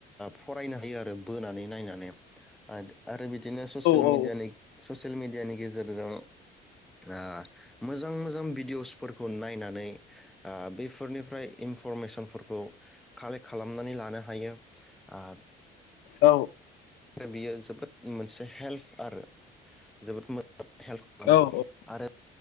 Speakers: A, in the centre; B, on the left (about 85°).
A: फरायनो हायो आरो बोनानै नायनानै। <unintelligible> आरो आरो बिदिनो ससियेल
B: औ
A: मिडियानि-ससियेल मिडियानि गेजेरजों ओ मोजां-मोजां भिडिअ'सफोरखौ नायनानै ओ बेफोरनिफ्राय एनपु फरमेसनफोरखौ कालेक्ट खालामनानै ला नो हायो आ
B: औ
A: <inaudible> बियो जोबोद मोनसे हेल्फ आरो जोबोद मो <inaudible> हेल्प आरो
B: औ
A: आरो